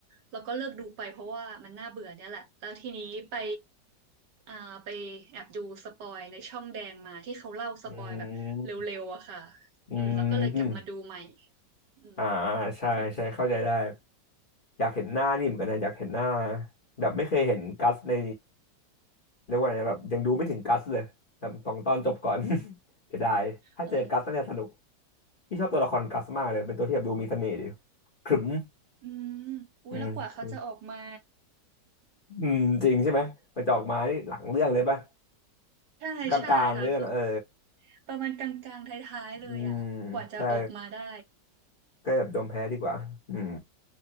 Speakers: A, on the right; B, on the left.
A: แล้วก็เลิกดูไปเพราะว่ามันน่าเบื่อเนี่ยแหละแล้วทีนี้ไปอ่าไปแอบดูสปอยในช่องแดงมาที่เขาเล่าสปอยแบบเร็วๆอะค่ะ
B: อืมอื
A: อืมแล้วก็เลยกลับมาดูใหม่
B: ม
A: อืม
B: อ่าใช่ใช่เข้าใจได้
A: ถึง
B: อยากเห็นหน้านี่เหมือนกันนะอยากเห็นหน้าแบบไม่เคยเห็นกัสในเรียกว่าไงนะแบบยังดูไม่ถึงกัสเลยแบบสองตอนจบก่อน <laughs> จะได้ถ้าเจอกัสน่าจะสนุก
A: อ๋อ
B: พี่ชอบตัวละครกัสมากเลยเป็นตัวที่แบบดูมีเสน่ห์ดีขรึม
A: อืมอุ้ยแล้วกว่าเขาจะออกมา
B: อืมอืมจริงใช่ไหมมันจะออกมานี่หลังเรื่องเลยปะ
A: ใช่ใช่ค่ะคือ
B: กลางๆเรื่องเออ
A: ประมาณกลางๆท้ายๆเลยอ่ะกว่าจะออกมาได้
B: อืมใช่ก็แบบยอมแพ้ดีกว่าอืม